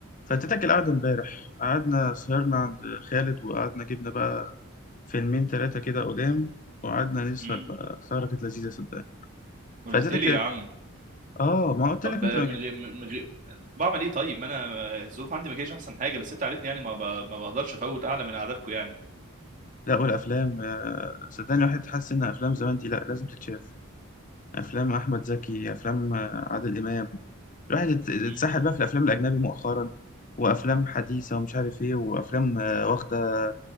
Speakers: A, on the left (about 40°); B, on the right (about 40°).
A: فاتتك القعدة امبارح قعدنا سهرنا عند خالد وقعدنا جبنا بقى فيلمين تلاتة كده قدام وقعدنا نسهر
B: مم.
A: بقى سهرة كانت لذيذة صدقني
B: قلت
A: فاتتك
B: لي يا عم
A: اه ما قلت
B: طب
A: لك انت
B: من
A: ما جيتش
B: غير من غير بعمل ايه طيب ما انا الظروف عندي ما كانتش احسن حاجه بس انت عارفني يعني ما, ب... ما بقدرش افوت اعلى من قعداتكم يعني
A: لا والافلام آه، صدقني الواحد حاسس ان افلام زمان دي لا لازم تتشاف افلام احمد زكي افلام آه، عادل امام الواحد ات- اتسحل
B: مم.
A: بقى في الافلام الاجنبي مؤخرا وافلام حديثة ومش عارف ايه وافلام آه، واخدة